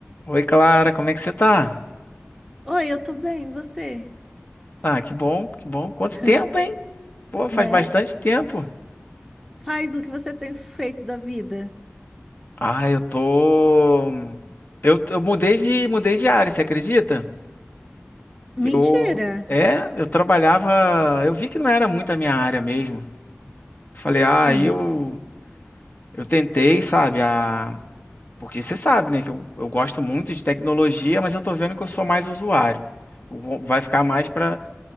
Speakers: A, on the left; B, in the centre.
A: Oi, Clara, como é que você tá?
B: Oi, eu tô bem, e você?
A: Ah, que bom, que bom. Quanto
B: <laughs>
A: tempo, hein? Pô, faz
B: Né?
A: bastante tempo.
B: Faz o que você tem feito da vida.
A: Ah, eu tô. Eu, eu mudei de, mudei de área, você acredita?
B: Mentira!
A: Eu. É, eu trabalhava. Eu vi que não era muito a minha área mesmo. Falei, ah,
B: Sim.
A: aí eu. Eu tentei, sabe? A... Porque você sabe, né? Que eu, eu gosto muito de tecnologia, mas eu tô vendo que eu sou mais usuário. Eu Vai ficar mais pra.